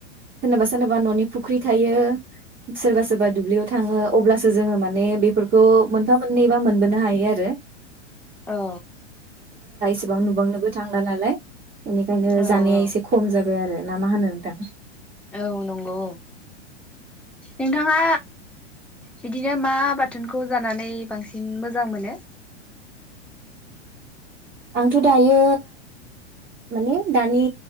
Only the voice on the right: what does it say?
सोरनोबा सोरनोबा न'नि फुख्रि थायो सोरबा सोरबा दुब्लियाव थाङो अब्लासो जोङो माने बेफोरखौ मोनफा मोननैबा मोनबोनो हायो आरो
सेबां नुबांनोबो थांला नालाय इनिखायनोस
जानाया
एसे खम जा बाय आरो ना मा होनो नोंथां
आंथ' दायो माने दानि